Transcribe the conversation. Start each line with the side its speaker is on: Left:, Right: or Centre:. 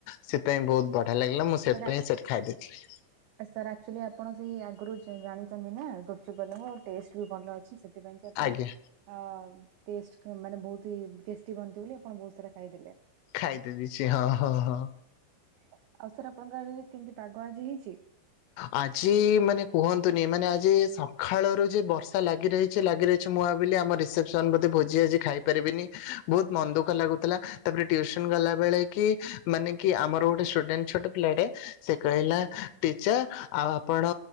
Left: ସେଥିପାଇଁ ବହୁତ୍ ବଢିଆ ଲାଗିଲା ମୁଁ ସେଥିପାଇଁ
Right: ସେରା
Left: ସେଟ୍ ଖାଇ ଦେଇଥିଲି।
Right: ସାର୍ ଆକ୍ଚୁଲି ଆପଣ ସେଇ ଆଗରୁ ଜ ଜାଣିଚନ୍ତି ନା ଗୁପ୍ ଚୁପ୍ ବାଲାଙ୍କ ଟେଷ୍ଟ ବି ଭଲ ଅଛି ସେଥିପାଇଁ କି ଆପଣ
Left: ଆଜ୍ଞା
Right: ଅ ଟେଷ୍ଟ୍ ମାନେ ବହୁତି ଟେଷ୍ଟି ବନିଚି ବୋଲି ଆପଣ ବହୁତ୍ ସାରା ଖାଇଦେଲେ।
Left: ଖାଇଦେ ଦେଇଛି ହଁ ହଁ ହଁ।
Right: ଆଉ ସାର୍ ଆପଣଙ୍କ ଆଡ଼େ କେମିତି ପାଗ ଆଜି ହେଇଚି।
Left: ଆଜି ମାନେ କୁହନ୍ତୁନି ମାନେ ଆଜି ସଖାଳରୁ ଯେ ବର୍ଷା ଲାଗି ରହି ଚି ଲାଗି ରହିଚି ମୁଁ ଆବିଲି ଆମ ରିପ୍ସେସନ ବୋଧେ ଭୋଜି ଆଜି ଖାଇପାରିବିନି ବହୁତ୍ ମନ ଦୁଃଖ ଲାଗୁଥିଲା। ତାପରେ ଟ୍ୟୁଉସନ୍ ଗଲା ବେଳେ କି ମାନେ କି ଆମର ଗୋଟେ ଷ୍ଟୁଡେଣ୍ଟ ଛୋଟ ପିଲାଟେ ସେ କହିଲା ଇଚ୍ଛା ଆଉ ଆପଣ